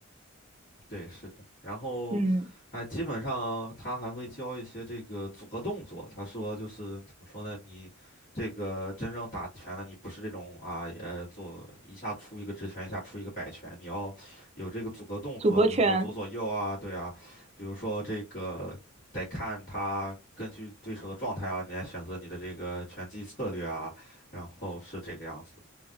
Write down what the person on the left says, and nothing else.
对，是的。然后，
哎，基本上他还会教一些这个组合动作。他说就是怎么说呢？你这个真正打拳的，你不是这种啊，也做一下出一个直拳，一下出一个摆拳，你要有这个组合动作，
比如说左左右啊，对啊，比如说这个得看他根据对手的状态啊，你来选择你的这个拳击策略啊，然后是这个样子的。